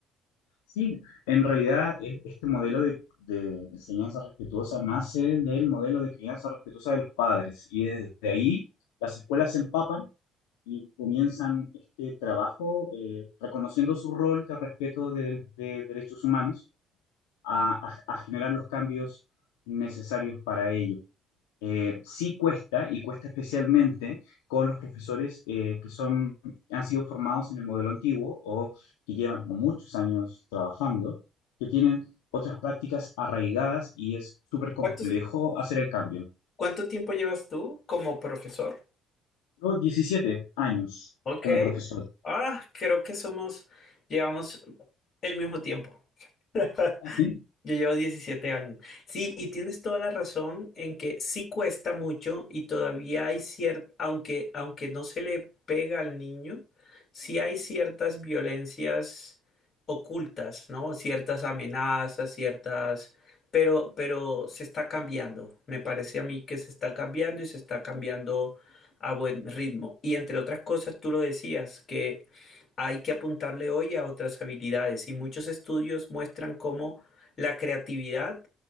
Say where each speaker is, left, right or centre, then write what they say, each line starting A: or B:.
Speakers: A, on the left; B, on the left.
A: Sí, en realidad e- este modelo de, de enseñanza respetuosa nace del modelo de crianza respetuosa de los padres y desde ahí las escuelas se empapan y comienzan este trabajo eh, reconociendo su rol de respeto de, de derechos humanos a, a- a generar los cambios necesarios para ello. Eh, sí cuesta, y cuesta especialmente con los profesores eh, que son, han sido formados en el modelo antiguo o que llevan muchos años trabajando, que tienen otras prácticas arraigadas y es súper complejo
B: ¿Cuántos-
A: hacer el cambio.
B: cuánto tiempo llevas tú como profesor?
A: Yo 17 años
B: Ok.
A: como profesor.
B: Ah, creo que somos, llevamos el mismo tiempo. <laughs>
A: <laughs>
B: Yo llevo 17 años. Sí, y tienes toda la razón en que sí cuesta mucho y todavía hay cierta, aunque, aunque no se le pega al niño, sí hay ciertas violencias ocultas, ¿no? Ciertas amenazas, ciertas, pero, pero se está cambiando. Me parece a mí que se está cambiando y se está cambiando a buen ritmo. Y entre otras cosas, tú lo decías, que hay que apuntarle hoy a otras habilidades y muchos estudios muestran cómo la creatividad,